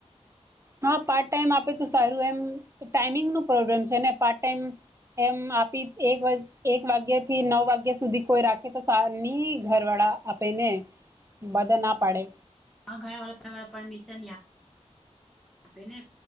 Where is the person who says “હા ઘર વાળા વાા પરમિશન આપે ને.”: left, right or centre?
Centre